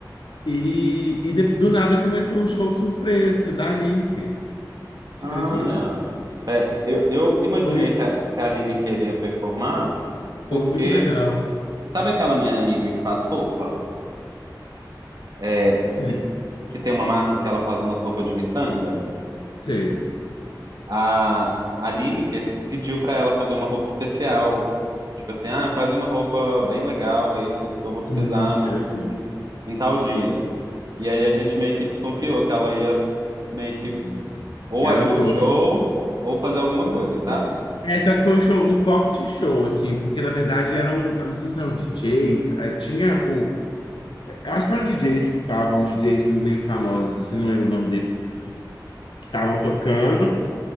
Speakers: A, on the left; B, on the right.
A: E, e de- do nada começou um show surpresa da Lineker. Você
B: Ah,
A: acredita?
B: é. É, eu, eu imaginei
A: Foi,
B: que a, que a Aline queria performar, porque
A: foi muito legal.
B: sabe aquela minha amiga que faz roupa? É,
A: Sim,
B: que, que tem uma marca que ela faz umas roupas de miçanga?
A: sei.
B: A, a Lineker pediu pra ela fazer uma roupa especial. Tipo assim, ah, faz uma roupa bem legal aí, porque eu vou precisar
A: Uhum,
B: no-
A: eu sei.
B: em, em tal dia. E aí a gente meio que desconfiou que ela ia meio que
A: Uhum.
B: ou
A: Ela
B: abrir
A: foi,
B: o show ou fazer alguma
A: foi.
B: coisa,
A: foi.
B: sabe?
A: É, só que foi um show, um pocket show, assim, porque na verdade eram, eu não sei se eram DJs, eh, tinha um, eu acho que eram DJs que estavam, DJs meio famosos, assim, não lembro o nome deles, que estavam tocando,